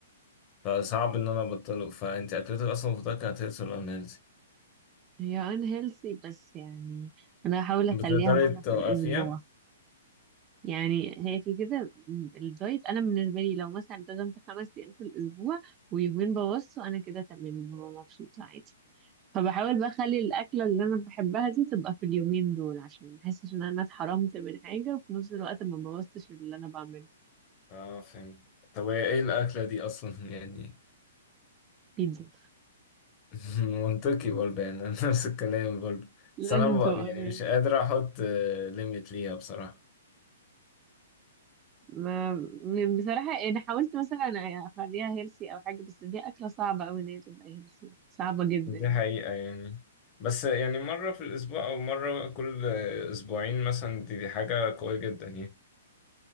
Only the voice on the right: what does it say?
هي ان هيلسي بس يعني أنا هحاول أخليها
مرة
في الأسبوع يعني هي كده كده الدايت انا بالنسبه لي لو مثلا التزمت خمس ايام في الاسبوع ويومين بوظته انا كده تمام ببقى مبسوطه عادي فبحاول بقى اخلي الاكله اللي انا بحبها دي تبقى في اليومين دول عشان ما احسش ان انا اتحرمت من حاجه وفي نفس الوقت ما بوظتش اللي انا بعمله
بيتزا
لازم
تبقى
honest.
ما م- بصراحه انا حاولت مثلا اخليها هيلسي او حاجه بس دي اكله صعبه قوي ان هي تبقى هيلسي صعبه جدا
يعني.